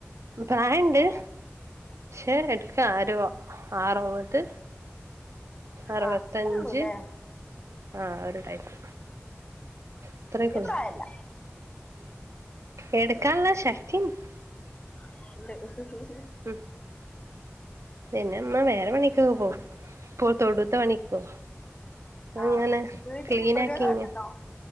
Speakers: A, on the right (about 80°); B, on the left (about 25°).
A: പ്രായുണ്ട്
B: ആഹ്
A: പക്ഷെ എടു <unintelligible> ക്ക ആരു അറുപത് അറുപത്തഞ്ച്
B: ആഹ് അത്രേ ഉള്ളൂല്ലേ
A: ആഹ് ഒരു ടൈപ്പ് അത്രയൊക്കെ
B: എന്റെ
A: ഉള്ളൂ
B: പ്രായല്ല
A: ഉം എടുക്കാനുള്ളല്ല ശക്തിയും -
B: <unintelligible>
A: ഉം പിന്നെ അമ്മ വേറെ പണി പോ പോ തൊടുത്ത പണിക്കോ
B: ആ
A: അങ്ങനെ
B: വീട്ടില്
A: ക്ലീൻ
B: മൃഗങ്ങളൊക്കെ
A: ആക്കി ഇങ്
B: ഉണ്ടോ